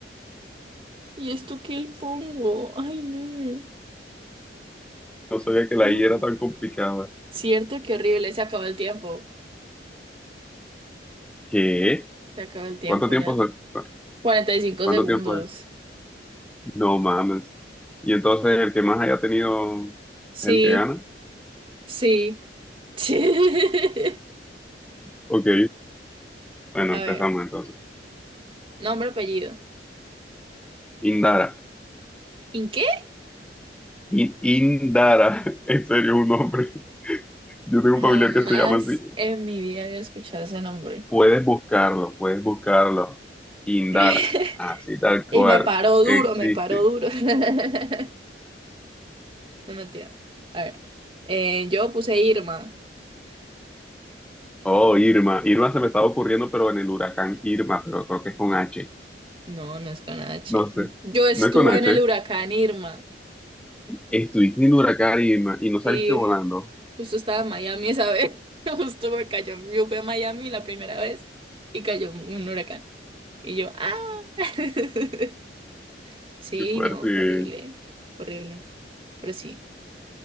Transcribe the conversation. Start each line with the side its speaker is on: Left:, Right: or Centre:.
Right: ¿Y esto qué le pongo? Ay, no.
Centre: No sabía que la
Right: No.
Centre: I era tan complicada.
Right: Cierto, qué horrible. Se acabó el tiempo.
Centre: ¿Qué?
Right: Se acabó el tiempo
Centre: ¿Cuánto tiempo
Right: ya.
Centre: soy? ¿Cu-
Right: 45
Centre: ¿Cuánto
Right: segundos.
Centre: tiempo es? No mames. Y entonces el que más haya tenido
Right: Sí,
Centre: es el que gana.
Right: sí. <laughs>
Centre: Ok. Bueno,
Right: A
Centre: empezamos
Right: ver.
Centre: entonces.
Right: Nombre, apellido.
Centre: Indara.
Right: ¿En qué?
Centre: In- Indara. <laughs> En serio, un nombre. Yo tengo un
Right: Jamás
Centre: familiar que se llama así.
Right: en mi vida había escuchado ese nombre.
Centre: Puedes buscarlo, puedes buscarlo. Indara.
Right: <laughs>
Centre: Así tal cual.
Right: Y me paró
Centre: Existe.
Right: duro, me paró duro. <laughs> No mentira. A ver, eh, yo puse Irma.
Centre: Oh, Irma. Irma se me estaba ocurriendo, pero en el huracán Irma, pero creo que es con H.
Right: No, no es con H.
Centre: No sé.
Right: Yo estuve
Centre: No es con H.
Right: en el huracán Irma.
Centre: Estuviste en huracán y, ma- y no saliste
Right: Sí,
Centre: volando.
Right: justo estaba en Miami esa vez. <laughs> Justo me cayó. Yo fui a Miami la primera vez y cayó un huracán. Y yo, ah. <laughs> Sí,
Centre: Qué fuerte.
Right: no, fue horrible. Horrible. Pero sí.